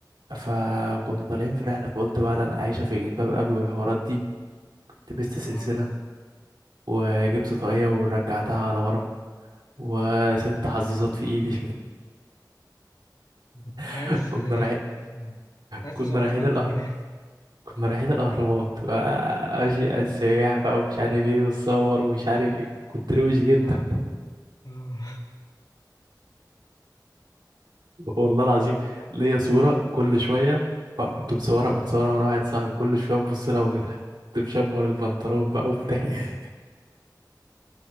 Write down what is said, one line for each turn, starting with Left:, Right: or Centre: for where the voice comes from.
Right: فكنا طالعين في رحلة فقلت بقى أنا عايشة في جلباب أبي والحوارات دي لبست سلسلة
Left: اه
Right: وجبت طاقية ورجعتها على ورا وست حظاظات في إيدي
Left: كنت عايز
Right: <laughs> كنا رايحين
Left: كنت عايز
Right: كنا
Left: تظبط
Right: رايحين
Left: حد
Right: الأهرام
Left: ولا ايه؟
Right: كنا رايحين الأهرامات ماشي على السياح بقى ومش عارف إيه وتصور ومش عارف إيه كنت روش جدا
Left: <laughs> اه اه
Right: والله العظيم ليا صورة كل شوية بقى كنت مصورة متصورة مع واحد صاحبي كل شوية نبص لها ونضحك كنت مشمر البنطلون بقى وبتاع <laughs>